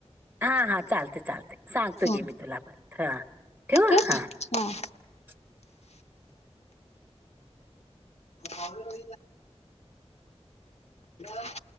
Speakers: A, on the right; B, on the left.
A: हा-हा चालते-चालते सांगतो
B: हा
A: की मी तुला परत हा ठेऊ
B: ठेवू
A: हा
B: काय हा
A: <inaudible>
B: ॉब ए <unintelligible>